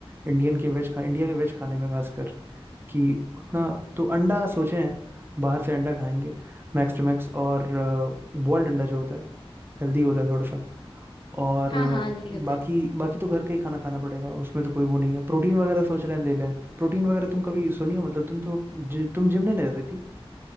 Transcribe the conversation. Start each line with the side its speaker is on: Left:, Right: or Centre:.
Right: इंडियन के वेज खा इंडिया के वेज खाने में खासकर कि उतना तो अंडा सोचे हैं बाहर से अंडा खाएंगे मैक्स टू मैक्स और बॉइल्ड अंडा जो होता है हेल्दी होता है थोड़ा सा और
Left: हाँ
Right: अ,
Left: हाँ हेल्दी होता
Right: बाकी
Left: है
Right: बाकी तो घर का ही खाना खाना पड़ेगा उसमें तो कोई वो नहीं है प्रोटीन वगैरह सोच रहे हैं ले लें प्रोटीन वगैरह तुम कभी सुनी हो मतलब तुम तो जि, तुम जिम नहीं जाती थी